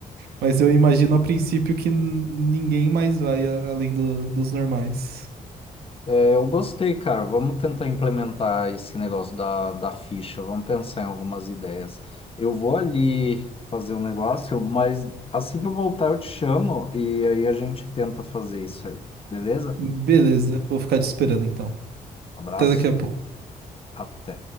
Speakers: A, on the right; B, on the left.
A: Mas eu imagino a princípio que n- ninguém mais vai a- além do- dos normais.
B: É, eu gostei, cara. Vamos tentar implementar esse negócio da, da ficha. Vamos pensar em algumas ideias. Eu vou ali fazer um negócio, mas assim que eu voltar, eu te chamo e aí a gente tenta fazer isso aí. Beleza?
A: Beleza, vou ficar te esperando então.
B: Abraço.
A: Até daqui a pouco.
B: Até.